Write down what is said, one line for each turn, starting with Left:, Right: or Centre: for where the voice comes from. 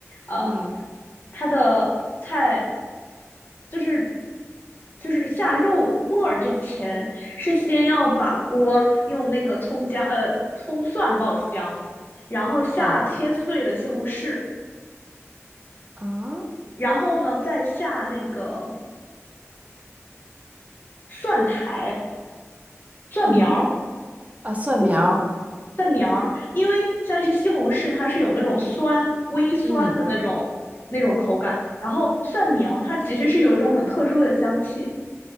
Left: 呃，
Right: 嗯
Left: 它的菜就是就是下肉末儿之前，是先要把锅用那个葱姜呃葱蒜爆香，然后下切碎的西红柿，
Right: 嗯嗯
Left: 然后呢再下那个蒜苔蒜苗儿，
Right: 嗯啊，蒜苗儿
Left: 嗯，蒜苗儿，因为像是西红柿，它是有那种酸、微酸的那种那种口感。
Right: 嗯，
Left: 然后蒜苗它其实是有一种很特殊的香气，